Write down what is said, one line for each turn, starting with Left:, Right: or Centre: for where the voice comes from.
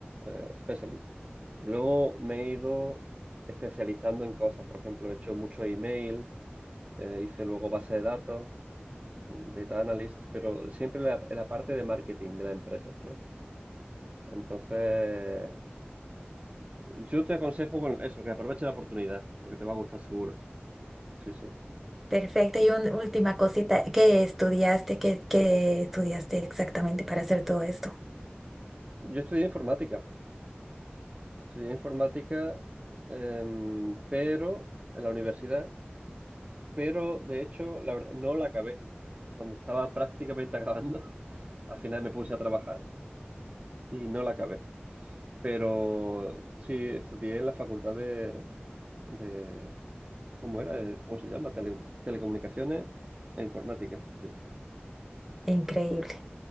Right: eh, Specialist. Y luego me he ido especializando en cosas. Por ejemplo, he hecho mucho email, eh, hice luego base de datos, mm, Data Analyst, pero siempre en la- en la parte de marketing de la empresa, ¿sabes? Entonces, yo te aconsejo, bueno, eso, que aproveche la oportunidad, porque te va a gustar seguro. Sí, sí.
Centre: Perfecto. Y una última cosita, ¿qué estudiaste? ¿Qué, qué estudiaste exactamente para hacer todo esto?
Right: Yo estudié informática. Estudié informática, em, pero en la universidad... pero de hecho, la verdad, no la acabé. Cuando estaba prácticamente acabando, <laughs> al final me puse a trabajar y no la acabé. Pero sí, estudié en la facultad de, de- ¿cómo era? Eh, ¿Cómo se llama? Tele- telecomunicaciones e informática, sí.
Centre: Increíble.